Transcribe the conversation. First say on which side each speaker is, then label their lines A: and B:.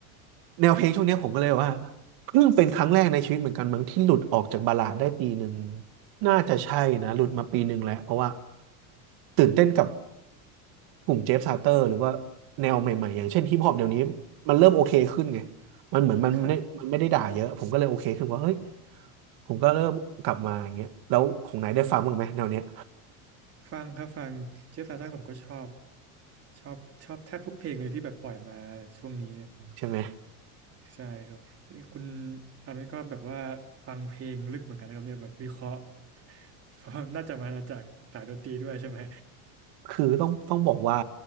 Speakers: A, on the right; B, on the right.
A: แนวเพลงช่วงเนี้ยผมก็เลยว่าเพิ่งเป็นครั้งแรกในชีวิตเหมือนกันมั้งที่หลุดออกจากบัลลาดได้ปีหนึ่ง น่าจะใช่นะหลุดมาปีหนึ่งแล้วเพราะว่าตื่นเต้นกับ กลุ่มเจฟซาเตอร์หรือว่าแนวใหม่ๆอย่างเช่นฮิปฮอปเดี๋ยวนี้มันเริ่มโอเคขึ้นไงมันเหมือนมันไม่ได้มันไม่ได้ด่าเยอะผมก็เลยโอเคขึ้นว่าเฮ้ย
B: ครับ
A: ผมก็เริ่มกลับมาอย่างเงี้ยแล้วของไหนายได้ฟังบ้างไหมแนวเนี้ย
B: ฟังครับฟังเจฟฟาต่าผมก็ชอบชอบชอบแทบทุกเพลงเลยที่แบบปล่อยมาช่วงนี้เนี่ย
A: ใช่ไหม
B: ใช่ครับอันนี้คุณอันนี้ก็แบบว่าฟังเพลงลึกเหมือนกันนะครับเนี่ยแบบวิเคราะห์ <laughs> เพราะน่าจะมาจากสายดนตรีด้วยใช่ไหม
A: คือต้องต้องบอกว่า